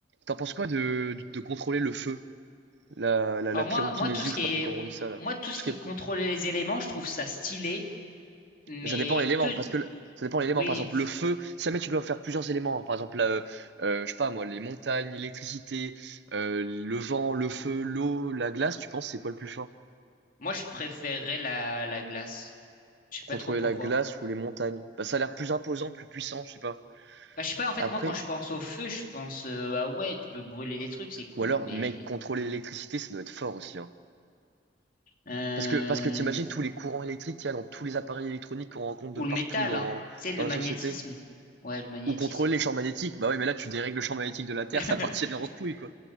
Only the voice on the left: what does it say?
Alors
moi, moi, tout ce
qui
est,
moi, tout
ce
qui
est contrôler les éléments, je trouve ça stylé, mais
que,
oui,
moi, je préférerais la, la glace. Je sais
pas trop pourquoi.
Bah, je sais pas, en fait,
moi, quand je pense au feu, je pense, euh, ah ouais, tu peux brûler des trucs, c'est cool,
mais,
euh,
ou
le métal,
hein. C'est le
magnétisme.
Ouais, le magnétisme.
<laughs>